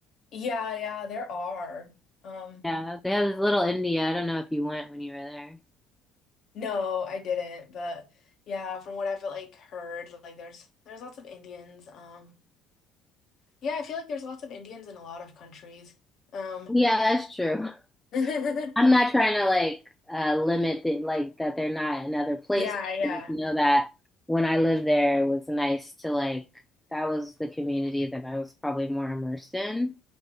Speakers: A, on the left; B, in the centre.
A: Yeah, yeah, there are. Um,
B: Yeah, they have this little India. I don't know if you went when you were there.
A: no, I didn't, but yeah, from what I've like heard, like there's there's lots of Indians. Um, yeah, I feel like there's lots of Indians in a lot of countries. Um,
B: Yeah, that's true.
A: <laughs> yeah,
B: I'm not trying to like uh, limit the like that they're not in other places.
A: yeah.
B: I just know that when I lived there, it was nice to like that was the community that I was probably more immersed in